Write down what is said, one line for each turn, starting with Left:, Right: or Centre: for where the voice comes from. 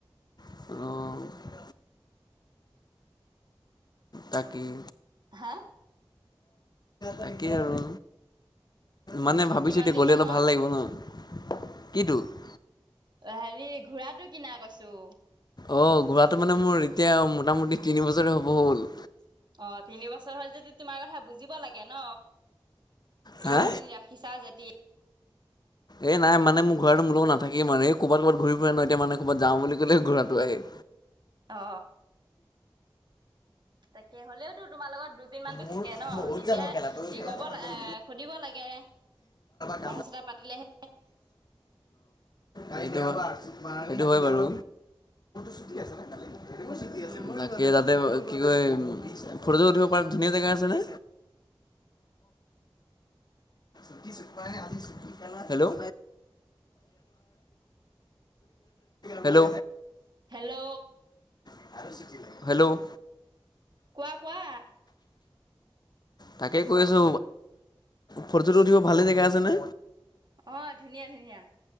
Left: অ। তাকেই,
Right: হা
Left: তাকেই আৰু। মানে ভাবিছো
Right: কিমান
Left: এতিয়া
Right: দিন
Left: গ'লে
Right: মান
Left: অলপ
Right: হ'ল
Left: ভাল লাগিব ন। <unintelligible>
Right: অ, হেৰি ঘোঁৰাটো কিনা কৈছোঁ?
Left: অঁ, ঘোঁৰাটো মানে মোৰ এতিয়া মোটা-মুটি তিনি বছৰে হ'ব হ'ল।
Right: অ, তিনি বছৰ হ যদি, তোমাৰ কথা বুজিব লাগে ন,
Left: হা
Right: ইমান দিন ৰাখ ৰাখিছা যেদি।
Left: এই নাই মানে ঘোঁৰাটো মোৰ লগত নাথাকেই, ক'ৰবাত-ক'ৰবাত ঘূৰি ফুৰে ন, এতিয়া মানে ক'ৰবাত বুলি ক'লে ঘোঁৰাটো আহে।
Right: অ, তাকে, হ'লেওতো তোমাৰ লগত দু দিনমানটো
Left: মোৰ
Right: থাকে ন,
Left: বহুত
Right: তেতিয়া
Left: জানো খেলা তই খেলা
Right: ক'ব
Left: চাফা
Right: লা
Left: কৰি
Right: এ সুধিব লাগে।
Left: <unintelligible> অ,
Right: কথা চথা পাতিলেহে
Left: সেইটো হয় বাৰু। ছুটি আছে নে কালি?
Right: উম
Left: বাকী, তাতে কি কয়, ফটো-ছটো উঠিব পাৰা ধুনীয়া জেগা আছেনে! <unintelligible> হেল্ল'! হেল্ল'!
Right: হেল্ল'!
Left: <unintelligible> হেল্ল'!
Right: কোৱা, কোৱা?
Left: তাকে কৈ আছো, ফটো-ছটো উঠিব ভালে জেগা আছে নে?
Right: অ, ধুনীয়া-ধুনীয়া।